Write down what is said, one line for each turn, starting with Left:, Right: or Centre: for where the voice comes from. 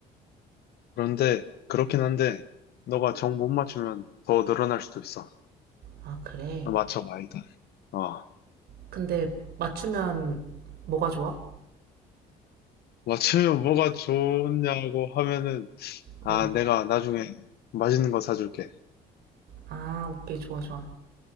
Left: 그런데 그렇긴 한데 너가 정 못 맞추면 더 늘어날 수도 있어.
Right: 아, 그래.
Left: 맞춰봐 일단. 어
Right: 근데 맞추면 뭐가 좋아?
Left: 맞추면 뭐가 좋냐고 하면은 아
Right: 어.
Left: 내가 나중에 맛있는 거 사줄게.
Right: 아, 오케이. 좋아, 좋아.